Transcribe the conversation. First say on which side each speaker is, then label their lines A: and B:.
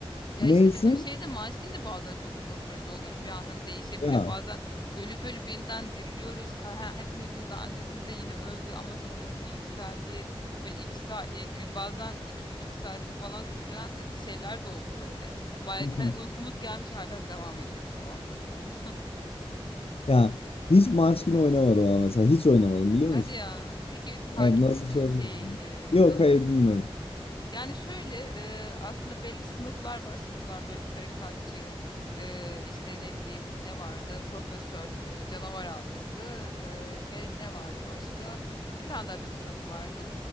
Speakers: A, on the left; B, on the left.
A: Ya
B: Neyse
A: işte bizim şeyde maçkin de bazen çok uzun sürdü oluyor şu an hani değişebiliyor.
B: ya.
A: Bazen ölüp ölüp yeniden diriliyoruz. Ka- ha- Hepimizin daha öncesinde yine öldü ama sonrasında yükseldiği böyle iki saatlik ü- bazen iki buçuk saatlik falan sürülen e, şeyler de oldu böyle. Bayağı
B: <laughs>
A: hani uykumuz gelmiş hala devam ediyoruz falan böyle oyuna.
B: Ya hiç Munchkin oynamadım ama mesela. Hiç oynamadım biliyor
A: Hadi
B: musun?
A: ya. Peki farkın
B: Evet nasıl
A: misin
B: söyleyeyim?
A: şey e,
B: Yok
A: nasıl
B: hayır
A: olduğunu?
B: bilmiyorum.
A: Yani şöyle e, aslında belli sınıflar var. Sınıflar böyle tarikatçı, e, işte ne bileyim ne vardı? Profesör, e, canavar avcısı e, ve ne vardı başka? Bir tane daha bir sınıf vardı.